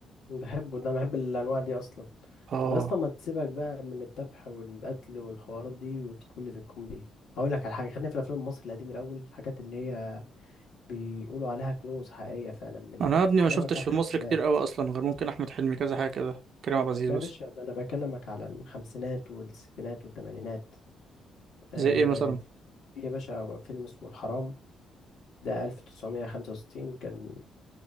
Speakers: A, on the left (about 75°); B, on the right (about 60°).
A: بحبه ده أنا بحب الأنواع دي أصلا
B: اه
A: طب يا اسطى ما تسيبك بقى من الذبح والقتل والحوارات دي وتدخل لي في الكوميدي هقول لك على حاجة خلينا في الأفلام المصري القديم الأول الحاجات اللي هي بيقولوا عليها كنوز حقيقية فعلا من
B: انا يا ابني
A: الحاجات
B: ما شفتش
A: بقى بتاعت
B: في
A: الخمسينات
B: مصر كتير قوي اصلا غير ممكن احمد حلمي كذا حاجه كده كريم عبد العزيز
A: ده
B: بس
A: يا باشا ده أنا بكلمك على الخمسينات والستينات والتمانينات آه،
B: زي ايه مثلا
A: في يا باشا فيلم اسمه الحرام ده 1965 كان